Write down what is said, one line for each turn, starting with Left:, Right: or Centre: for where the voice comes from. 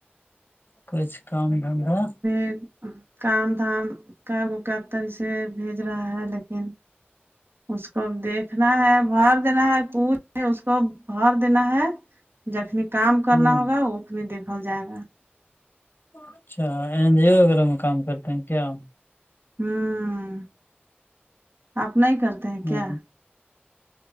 Left: کچھ کام دھندا
Right: <unintelligible> کام دھام کیا ہے وہ پیسے بھیج رہا ہے لیکن اس کو دیکھنا ہے بھر دینا ہے پوچھ اس کو بھر دینا ہے جخنی کام کرنا
Left: ہوں
Right: ہوگا اخنی دیکھل جائے گا
Left: اچھا این جی او وغیرہ میں کام کرتے ہیں کیا
Right: ہوں آپ نہیں کرتے ہیں
Left: ہ
Right: کیا